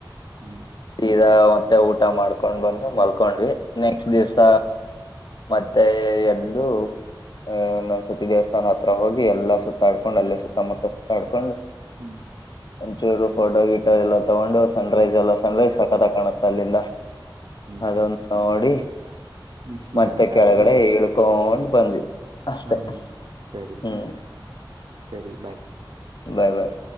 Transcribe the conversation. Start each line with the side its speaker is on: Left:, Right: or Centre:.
Right: ಹ್ಮ್
Left: ಸೀದಾ ಮತ್ತೆ ಊಟ. ಊ ಮಾಡ್ಕೊಂಡ್ ಬಂದ. ಮಲ್ಕೊಂಡ್ವಿ ನೆಕ್ಸ್ಟ್
Right: ಹ್ಮ್
Left: ದಿವ್ಸ. ಮತ್ತೆ ಎದ್ದು ಅಹ ನನ್ ಸತಿ ದೇವಸ್ಥಾನ ಹತ್ರ ಹೋಗಿ ಎಲ್ಲಾ ಸುತ್ತಾಡ್ಕೊಂಡ್ ಅಲ್ಲೇ ಸುತ್ತಮುತ್ತ ಸುತ್ತಾಡ್ಕೊಂಡು.
Right: ಹ್ಮ್
Left: ಒಂಚೂರು ಫೋಟೋ ಗಿಟೋ ಎಲ್ಲ ತಗೊಂಡು ಸನ್ ರೈಸ್ ಎಲ್ಲ ಸನ್ ರೈಸ್ ಸಕತ್ ಆಗಿ ಕಾಣುತ್ತೆ ಅಲ್ಲಿಂದ.
Right: ಹ್ಮ್
Left: ಅದೊಂದು ನೋಡಿ. <unintelligible>
Right: ನೆಕ್ಸ್ಟ್ ಮಾತಾಡೋದ
Left: ಮತ್ತೆ ಕೆಳಗಡೆ
Right: ಆಮೇಲೆ
Left: ಇಳ್ಕೊಂಡು. ಬಂದ್ವಿ. ಅಷ್ಟೇ
Right: ಆಮೇಲೆ ಮತ್ತೆ ಸರಿ
Left: ಹ್ಮ್
Right: ಆಯ್ತು ಸರಿ ಬಾಯ್.
Left: ಬಾಯ್ ಬಾಯ್.